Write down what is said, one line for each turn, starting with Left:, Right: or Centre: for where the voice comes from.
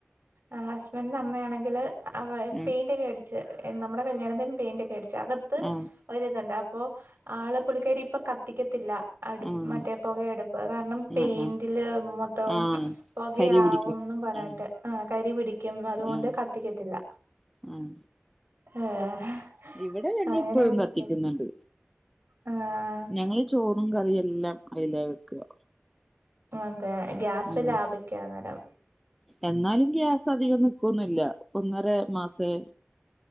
Right: ആഹ് ഹസ്ബന്റിന്റെ അമ്മയാണെങ്കില് അവ
Centre: ആഹ്
Right: പെയിന്റെക്കെ അട്ച്ച് നമ്മടെ കല്യാണത്തിന് പെയിന്റെക്കെ അടിച്ച് അകത്ത്
Centre: ആഹ്
Right: ഒരിത്ണ്ട് അപ്പൊ ആള് പുള്ളിക്കാരി ഇപ്പ കത്തിക്കത്തില്ല അടുപ്
Centre: ആഹ്
Right: മറ്റേ പൊകയടുപ്പ് കാരണം പെയിന്റില്
Centre: ആഹ് ആഹ്
Right: മൊത്തോം
Centre: ആഹ്
Right: പൊകയാവുംന്ന്
Centre: കരി പിടിക്കും
Right: പറ
Centre: ഉം
Right: ട്ട് ആഹ് കരി പിടിക്കും അതുകൊണ്ട്
Centre: ഉം
Right: കത്തിക്കത്തില്ല
Centre: ഉം
Right: ഏഹ്
Centre: ഇവിടെ ഞങ്ങളിപ്പോഴും
Right: അങ്ങനെ ഒര്
Centre: കത്തിക്കുന്നുണ്ട്
Right: ആഹ്
Centre: ഞങ്ങള് ചോറും കറിം എല്ലാം അയിലാവെക്കാ
Right: അതെ ഗ്യാസ്
Centre: ഉം
Right: ലാഭിക്കാഅന്നേരം
Centre: എന്നാലും ഗ്യാസ് അധികം നിക്കുവൊന്നുവില്ല ഒന്നര മാസവേ